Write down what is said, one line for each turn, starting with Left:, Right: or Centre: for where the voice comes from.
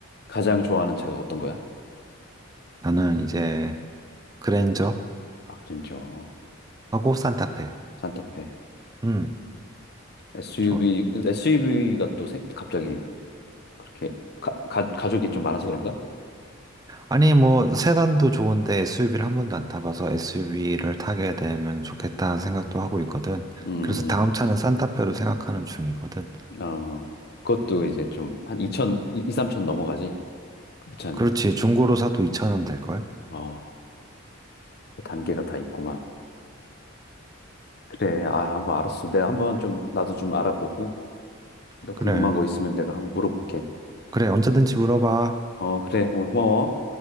Left: 가장 좋아하는 차가 어떤 거야?
Right: 나는 이제 그랜저하고
Left: 아, 그랜저,
Right: 산타페가,
Left: 산타페.
Right: 음,
Left: SUV,
Right: 좋아.
Left: SUV가 또 생, 갑자기 그렇게 가, 가, 가족이 좀 많아서 그런가?
Right: 아니, 뭐, 세단도 좋은데 SUV를 한 번도 안 타봐서 SUV를 타게 되면 좋겠다 생각도 하고 있거든.
Left: 음,
Right: 그래서 다음 차는 산타페로 생각하는 중이거든.
Left: 어, 그것도 이제 좀 한 2천, 2, 3천 넘어가지. 그 차는.
Right: 그렇지, 중고로 사도 2천원 될걸?
Left: 어, 그 단계가 다 있구만. 그래, 아, 한번 알았어. 내가 한번 좀, 나도 좀 알아보고, 너
Right: 그래.
Left: 궁금한 거 있으면 내가 한번 물어볼게.
Right: 그래, 언제든지 물어봐.
Left: 어, 그래. 오늘 고마워.